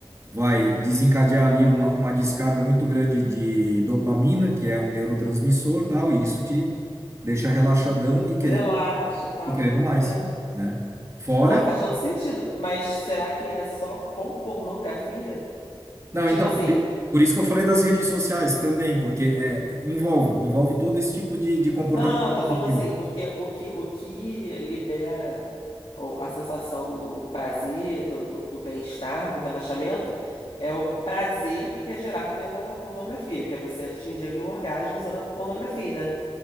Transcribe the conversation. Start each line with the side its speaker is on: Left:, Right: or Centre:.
Right: Vai desencadear ali uma, uma descarga muito grande de dopamina, que é um neurotransmissor, tal, e isso te deixa relaxadão e querendo,
Left: Relaxa e tal.
Right: e querendo mais,
Left: É.
Right: né? Fora
Left: Não, faz
Right: uma...
Left: todo sentido. Mas será que é só com pornografia?
Right: Não,
Left: Tipo
Right: então,
Left: assim.
Right: por i- por isso que eu falei das redes sociais também, porque é, envolve, envolve todo esse tipo de, de comportamento
Left: Não, não, não. Eu tô
Right: repetido.
Left: falando assim, porque o que, o que libera. ou a sensação do prazer, do, do, do bem-estar, do relaxamento, é o prazer que é gerado pela pornografia, que é você atingir ali o orgasmo usando a pornografia, né?